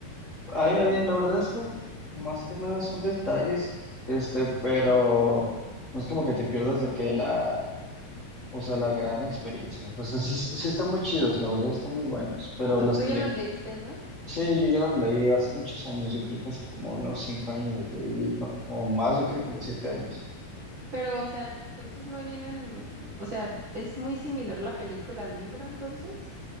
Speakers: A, on the left; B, on the right.
A: Ay, ay, la verdad es que más que nada son detalles, este, pero no es como que te pierdas de que la, o sea, la gran experiencia. O sea, sí, sí están muy chidos, la verdad están muy buenos, pero
B: O-
A: las
B: Tú
A: películas,
B: ya los leíste, ¿no?
A: sí, yo ya los leí hace muchos años, yo creo que hace como unos cinco años los leí, no, o más, yo creo que como siete años.
B: Pero, o sea, entonces no vienen, o sea, es muy similar la película al libro, entonces.